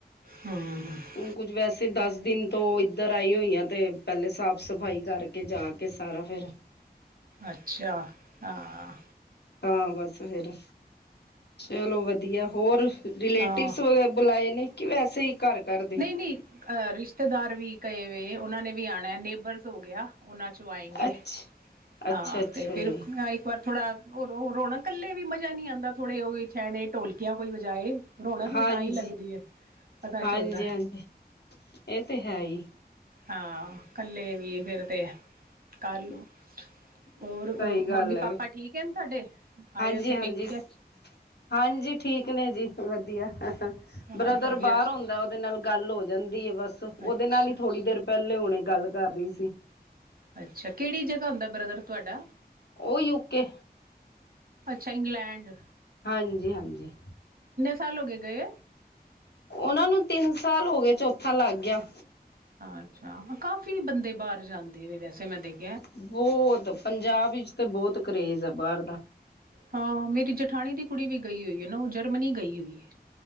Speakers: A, on the right (about 60°); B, on the left (about 80°).
A: ਹਮ ਹਮ
B: ਹੁਣ ਕੁੱਝ ਵੈਸੇ ਦਸ ਦਿਨ ਤੋਂ ਇੱਧਰ ਆਈ ਹੋਈ ਆ। ਤੇ ਪਹਿਲੇ ਸਾਫ਼- ਸਫ਼ਾਈ ਕਰਕੇ ਜਾ ਕੇ ਸਾਰਾ ਫਿਰ।
A: ਅੱਛਾ ਹਾਂ।
B: ਤਾਂ ਹਾਂ, ਬਸ ਫੇਰ। ਚਲੋ ਵਧੀਆ ਹੋਰ ਰਿਲੇਟਿਵਸ
A: ਹਾਂ
B: ਬੁਲਾਏ ਨੇ ਕਿ ਵੈਸੇ ਹੀ ਘਰ ਘਰਦੇ।
A: ਅਹ ਰਿਸ਼ਤੇਦਾਰ ਵੀ ਕਹੇ ਵਏ ਉਹਨਾਂ ਨੇ ਵੀ ਆਉਣਾ ਨੇਬਰ। ਹੋ ਗਿਆ ਉਹਨਾਂ ਚੋਂ ਆਏਂਗੇ
B: ਅੱਛਾ ਅੱਛਾ
A: ਹਾਂ
B: ਅੱਛਾ
A: ਤੇ ਫਿਰ
B: ਜੀ
A: ਇੱਕ ਵਾਰ ਥੋੜਾ। ਹੋ ਉਹ ਰੋਣਾ ਇਕੱਲੇ ਵੀ ਮਜ਼ਾ ਨੀ ਆਉਂਦਾ ਥੋੜ੍ਹੇ ਛਣੇ ਢੋਲਕੇ। ਜਾਂ ਕੋਈ ਬਜਾਏ ਰੌਣਕ ਵੀ
B: ਹਾਂਜੀ
A: ਤਾਂ ਹੀ ਲੱਗਦੀ ਹੈ ਪਤਾ
B: ਹਾਂਜੀ
A: ਚੱਲਦਾ।
B: ਹਾਂਜੀ ਇਹ ਤੇ ਹੈ ਹੀ!
A: ਹਾਂ ਕੱਲੇ ਵੀ ਫੇਿਰ ਤੇ ਕਰਲਓ। ਹੋਰ
B: ਸਹੀ
A: ਮੰਮੀ
B: ਗੱਲ
A: ਪਾਪਾ
B: ਹੈ
A: ਠੀਕ ਹੈ ਤੁਹਾਡੇ ਆਏ
B: ਹਾਂਜੀ
A: ਓਥੇ
B: ਹਾਂਜੀ
A: ਪੇਖੇਿਆ।
B: ਹਾਂਜੀ ਠੀਕ ਨੇ ਜੀ ਵਧੀਆ ਬ੍ਰਦਰ
A: ਹਾਂ ਤਬੀਅਤ
B: ਬਾਹਰ ਆਉਦਾ ਉਹਦੇ ਨਾਲ ਗੱਲ ਹੋ ਜਾਂਦੀ। ਬਸ ਉਹਦੇ
A: ਅੱਛਾ
B: ਨਾਲ ਹੀ ਥੋੜ੍ਹੀ ਦੇਰ ਪਹਿਲੇ ਹੁਣੇ ਗੱਲ ਕਰ ਰਹੀ ਸੀ।
A: ਅੱਛਾ ਕਿਹੜੀ ਜਗ੍ਹਾ ਹੁੰਦਾ ਬ੍ਰਦਰ ਤੁਹਾਡਾ।
B: ਉਹ ਯੂਕੇ।
A: ਅੱਛਾ ਇੰਗਲੈਂਡ।
B: ਹਾਂਜੀ ਹਾਂਜੀ।
A: ਕਿੰਨਾ ਸਾਲੋਗੇ ਗਏ।
B: ਉਹਨਾਂ ਨੂੰ ਤਿੰਨ ਸਾਲ ਹੋ ਗਏ ਚੌਥਾ ਲੱਗ ਗਿਆ।
A: ਅੱਛਾ ਕਾਫ਼ੀ ਬੰਦੇ ਬਾਹਰ ਜਾਂਦੇ ਵ ਵੈਸੇ ਮੈਂ ਦੇਖ।
B: ਬਹੁਤ ਪੰਜਾਬ ਵਿਚ ਤੇ ਬਹੁਤ ਕਰੇਜ ਹੈ ਬਾਹਰ ਦਾ।
A: ਹਾਂ ਮੇਰੀ ਜਠਾਣੀ ਦੀ ਕੁੜੀ ਵੀ ਗਈ ਹੋਈ ਹੈ ਨਾ ਉਹ ਜਰਮਨੀ ਗਈ ਹੋਈ ਹੈ।